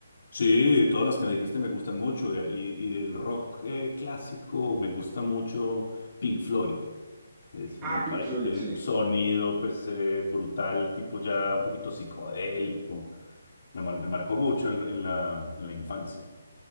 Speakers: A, on the left (about 65°); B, on the right (about 15°).
A: Sí, todas las que me dijiste me gustan mucho eh, y, y del rock eh, clásico me gusta mucho Pink Floyd. Es,
B: Ah,
A: eh, me parece
B: Pink Floyd,
A: que tiene
B: sí.
A: un sonido pues eh, brutal, tipo ya un poquito psicodélico. Me, mar- me marcó mucho en en la en la infancia.